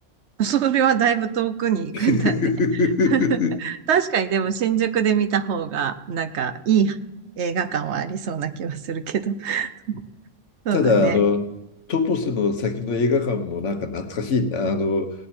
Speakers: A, on the right; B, on the left.
A: <laughs> それはだいぶ遠くに行くんだね。
B: <laughs>
A: <laughs> 確かにでも新宿で見た方が、なんかいい映画館はありそうな気はするけど。<laughs> そうだね。
B: ただ、あの、トトスの先の映画館もなんか懐かしいな、あの、